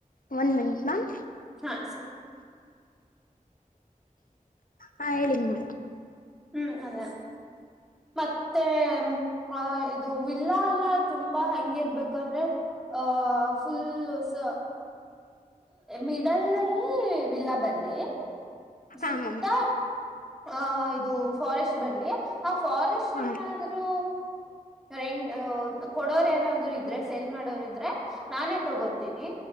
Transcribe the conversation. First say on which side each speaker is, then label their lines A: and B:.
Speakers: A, on the left; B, in the centre.
A: ಒನ್ ಮಿನಿಟ್ ಮ್ಯಾಮ್
B: ಹ ಸ
A: ಹಾ ಹೇಳನ್ ನ
B: ಹ್ಮ್ ಅದೇ ಮತ್ತೆ ಆ ಇದು ವಿಲ್ಲಾ ಅಲ್ಲ ತುಂಬ ತುಂಬಾ ಹ ಇರ್ಬೇಕಂದ್ರೆ ಆ ಫುಲ್ ಸ ಮಿಡಲ್ಲ್ಲಿ ವಿಲ್ಲ ಬರಲಿ
A: ಹಾ
B: ಸುತ್ತ
A: ಮ್ಯಾಮ್
B: ಹ ಆಯ್ ದು ಫಾರೆಸ್ಟ್ ಬ ಆ ಫಾರೆಸ್ಟ್
A: ಹಾ
B: ಏನಾದ್ರು ರ ಕೊಡೋರ್ ಏನಾದ್ರು ಇದ್ರೆ ಸೇಲ್ ಮಾಡೋರ ಇದ್ರೆ ನಾನೇ ತಗೋತೀನಿ